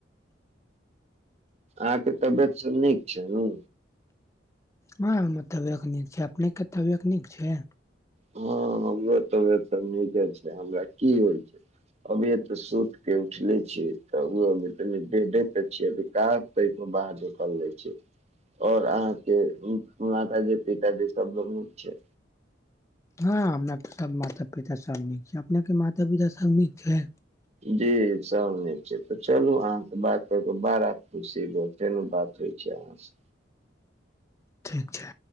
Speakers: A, on the right; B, on the left.
A: आ के तबियत सब नीक छै न।
B: हँ त व्यकनिक छै अपने के त व्यकनिक छै।
A: हँ हमरो त त नीके छै हमरा की होइ छै अभी ए तऽ सुति क उठले छियै त अभी तनि ेडे पे छिय अधिक तो बाहर झकल लै छ आओर अहाँके माता जी पिताजी सभ बहुत छै।
B: हँ हमना सब माता पिता सब नीक छै अपने के माता पिता सब नीक छै।
A: जी सभ नहि छै तऽ चलू अहाँसँ बात क कऽ बड़ा खुशी ग तेहनो बात होइ छै अहाँसँ।
B: ठीक छै।